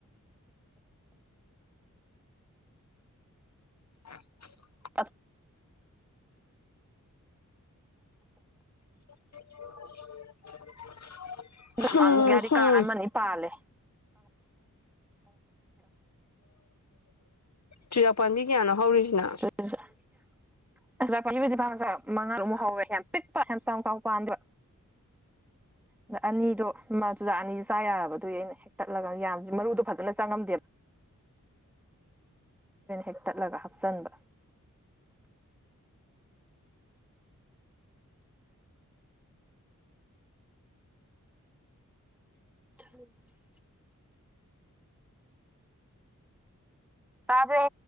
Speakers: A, on the left; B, in the centre.
A: <inaudible>
B: <unintelligible>
A: <inaudible>
B: <unintelligible>
A: ꯍꯨꯝ ꯍꯨꯝ
B: ꯑꯃ ꯅꯤ ꯄꯥꯜꯂꯦ
A: ꯆꯨꯖꯥꯛ ꯄꯥꯝꯕꯤ ꯀꯌꯥꯅꯣ ꯍꯧꯔꯤꯁꯤꯅ꯫
B: <unintelligible> <unintelligible> ꯌꯥꯝ ꯄꯤꯛꯄ ꯌꯥꯝ ꯍꯆꯥꯎ ꯆꯥꯎ ꯄꯥꯟꯗꯕ
A: <inaudible>
B: ꯑꯗ ꯑꯅꯤꯗꯣ ꯆꯨꯖꯥꯛ ꯑꯅꯤꯁꯦ ꯆꯥ ꯌꯥꯔꯕꯗꯨꯒꯤ ꯑꯩꯅ ꯍꯦꯛ ꯇꯠꯂꯒ ꯌꯥꯝ ꯃꯔꯨꯗꯣ ꯐꯖꯅ ꯆꯪꯉꯝꯗꯦꯕ ꯍꯦꯛ ꯇꯠꯂꯒ ꯍꯥꯞꯆꯤꯟꯕ <unintelligible> ꯇꯥꯕ꯭ꯔꯣ